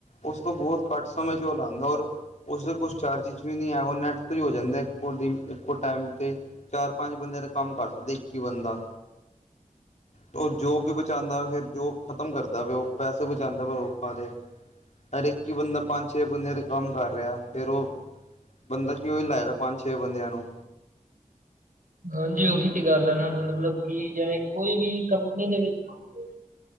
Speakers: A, on the left; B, on the right.
A: ਉਸ ਤੋਂ ਬਹੁਤ ਘੱਟ ਸਮੇਂ'ਚ ਉਹ ਲਾਂਦਾ, ਓਰ ਉਸਦੇ ਕੁਛ ਚਾਰਜੇਸ ਵੀ ਨਹੀ ਹੈ, ਉਹ ਨੈੱਟ ਪੇ ਹੋ ਜਾਂਦਾ, ਇਕੋ-ਦਿਨ ਇਕੋ ਟਾਇਮ ਤੇ। ਚਾਰ-ਪੰਜ ਬੰਦਿਆਂ ਦਾ ਕੰਮ ਕਰ ਸਕਦੇ, ਇਕ ਹੀ ਬੰਦਾ। ਉਹ ਜੋ ਵੀ ਬਚਾਂਦਾ, ਫਿਰ ਜੋ ਖਤਮ ਕਰਦਾ ਪਿਆ ਉਹ, ਪੈਸੇ ਬਚਾਂਦਾ ਵਾ ਲੋਕਾਂ ਦੇ। ਹਰ ਇੱਕ ਹੀ ਬੰਦਾ, ਪੰਜ-ਛੇ ਬੰਦਿਆ ਦੇ ਕੰਮ ਕਰ ਰਿਹਾ, ਫਿਰ ਉਹ ਬੰਦਾ ਕਿ, ਉਹ ਹੀ ਲਾਏਗਾ ਪੰਜ-ਛੇ ਬੰਦਿਆਂ ਨੂੰ।
B: ਹਾਂਜੀ, ਉਹੀ ਤੇ ਗੱਲ ਹੈ ਨਾ, ਮਤਲਬ ਕਿ, ਜਿਵੇਂ ਕੋਈ ਵੀ ਕੰਪਨੀ ਦੇ ਵਿੱਚ ਮਾਮਲੇ